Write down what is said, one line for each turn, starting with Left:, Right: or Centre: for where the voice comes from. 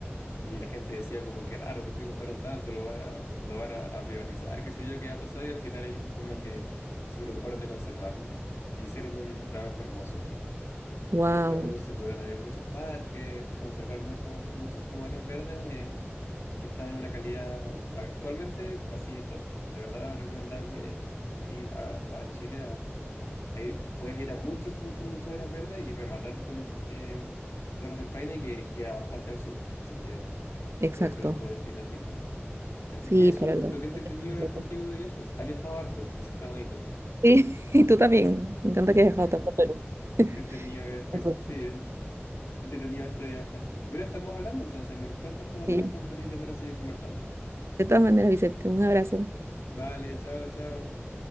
Left: y la gente decía como que raro, ¿por qué compraron tanto? Lo van a, lo van a, a privatizar, qué sé yo, qué va a pasar. Y al final ellos como que se preocuparon de conservarlo. Y Hicieron un trabajo hermoso.
Right: Wow,
Left: Después de eso se pudieron abrir muchos parques, conservar muchos, muchos como áreas verdes eh, que están en una calidad actualmente pues, así top. De verdad recomendable ir a, a Chile. A, a ir- puedes ir a muchos, muchos, muchos áreas verdes y rematar con eh, Torres del Paine que queda bastante al sur. Así que
Right: exacto.
Left: puede ser un buen destino al final. Así
Right: Sí,
Left: que es
Right: para
Left: un gusto,
Right: los
Left: qué entretenido
Right: viajes completos.
Left: hablar contigo de viajes. Has viajado harto, eso está bonito.
Right: Sí, <laughs> y tú también. Me encanta
Left: <laughs>
Right: que hayas viajado tanto a Perú. <laughs>
Left: Qué entretenido viajar,
Right: Ojo.
Left: sí, eh, entretenido esto de viajar. Bueno, estamos hablando entonces, me cuentas cuando tengas
Right: Sí.
Left: tiempo libre para seguir conversando.
Right: De todas maneras, Vicente, un abrazo.
Left: Vale, chao, chao.